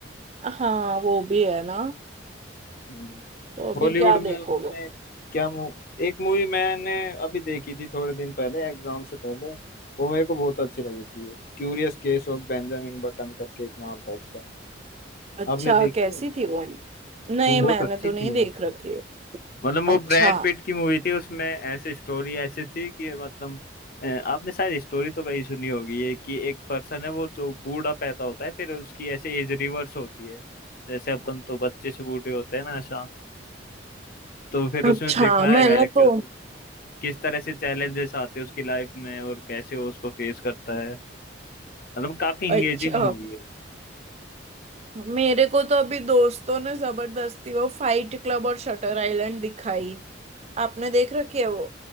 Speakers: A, on the right; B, on the left.
A: हाँ वो भी है ना
B: हम्म।
A: तो अभी
B: हॉलीवुड
A: क्या
B: में
A: देखोगे
B: आपने क्या मू... एक मूवी मैंने अभी देखी थी थोड़े दिन पहले एग्जाम से पहले वो मेरे को बहुत अच्छी लगी थी Curious Case of Benjamin Button करके एक नाम था उसका
A: अच्छा
B: आपने देखी
A: कैसी
B: है
A: थी वो नहीं
B: वो बहुत
A: मैंने
B: अच्छी
A: तो
B: थी
A: नहीं
B: वो।
A: देख रखी है
B: मतलब वो
A: अच्छा
B: ब्रैड पिट की मूवी थी उसमें ऐसी स्टोरी ऐसी थी कि मतलब अ, आपने शायद स्टोरी तो कहीं सुनी होगी ये कि एक पर्सन है वो जो बूढ़ा पैदा होता है फिर उसकी ऐसे एज रिवर्स होती है जैसे अपन तो बच्चे से बूढ़े होते हैं ना ऐसा तो फिर उसमें
A: अच्छा
B: दिखाया
A: मैंने
B: गया है कि
A: तो
B: किस तरह से चैलेंजेस आते हैं उसकी लाइफ में और कैसे वो उसको फेस करता है मतलब काफी इंगेजिंग
A: अच्छा
B: मूवी है
A: मेरे को तो अभी दोस्तों ने जबरदस्ती वो फाइट क्लब और शटर आइलैंड दिखाई आपने देख रखी है वो